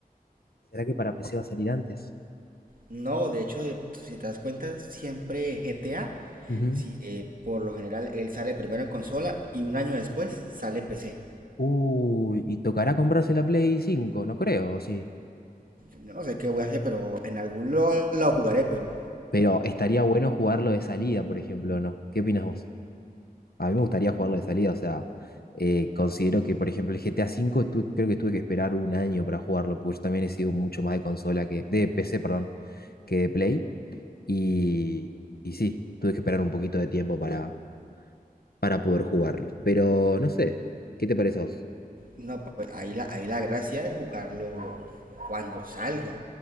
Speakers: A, on the left (about 80°); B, on the right (about 65°).
A: ¿será que para PC va a salir antes?
B: No, de hecho, eh, si te das cuenta, siempre GTA,
A: Ujú.
B: si, eh, por lo general, él sale primero en consola y un año después sale en PC.
A: Uy, y tocará comprarse la Play 5? no creo, ¿o sí.
B: No sé qué voy a hacer, pero en algún lo, lo jugaré, pero
A: Pero estaría bueno jugarlo de salida, por ejemplo, ¿no? ¿Qué opinas vos? A mí me gustaría jugarlo de salida, o sea, eh, considero que, por ejemplo, el GTA cinco, tu- creo que tuve que esperar un año para jugarlo, porque yo también he sido mucho más de consola que, de PC, perdón, que de Play. Y, y sí, tuve que esperar un poquito de tiempo para, para poder jugarlo. Pero no sé, ¿qué te parece a vos?
B: no, pues ahí la, ahí la gracia es jugarlo cuando salga.